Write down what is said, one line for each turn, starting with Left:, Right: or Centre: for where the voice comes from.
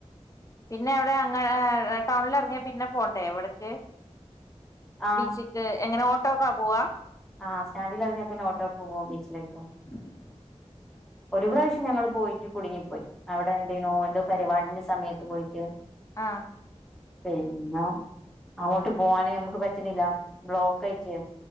Left: പിന്നെ അവിടെ അങ്ങനെ ആഹ് ടൗണിലിറങ്ങിയാ പിന്നെ പോണ്ടേ അവിടെക്ക്
Centre: ആ
Left: ബീച്ചക്ക് എങ്ങനെ ഓട്ടോക്കാ പോവാ
Centre: ആഹ് സ്റ്റാൻഡിൽ ഇറങ്ങിയ പിന്നെ ഓട്ടോക്ക്‌ പോവും ബീച്ചിലേക്ക്
Left: <inaudible>
Centre: ഒരു പ്രാവശ്യം ഞങ്ങള് പോയിട്ട് കുടുങ്ങിപ്പോയി അവിടെ എന്തേനോ ഓന്റെ പരിപാടിന്റെ സമയത്ത് പോയിട്ട്
Left: ആഹ്
Centre: പിന്നെ അങ്ങോട്ട് പോവാനെ ഞമുക്ക് പറ്റണില്ല ബ്ലോക്കായിട്ട്